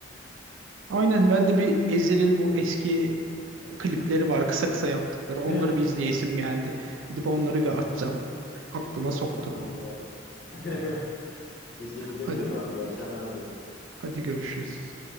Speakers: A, on the right; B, on the left.
A: Aynen ben de bir Ezhel'in bu eski e, klipleri var kısa kısa yaptıkları.
B: <laughs>
A: Onları bir izleyesim geldi. Gidip onları bir açacağım. Aklıma soktun.
B: Tamamdır abi. <laughs> Teşekkür ediyorum
A: Hadi,
B: abi. İyi akşamlar diyorum.
A: hadi görüşürüz.